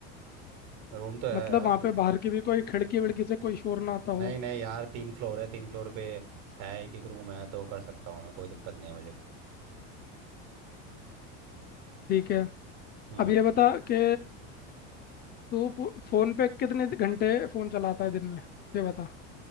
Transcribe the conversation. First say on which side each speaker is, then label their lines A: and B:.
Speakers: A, on the right; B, on the left.
A: रूम तो है
B: मतलब
A: यार
B: वहाँ
A: तो
B: पे बाहर की भी कोई खिड़की विड़की से कोई शोर ना आता हो
A: नहीं नहीं यार तीन फ्लोर है तीन फ्लोर पे है एक एक रूम है तो कर सकता हूँ मैं कोई दिक्कत नहीं है मुझे
B: ठीक है
A: हम्म
B: अब ये बता कि तू पू- फोन पे कितने घंटे फोन चलाता है दिन में ये बता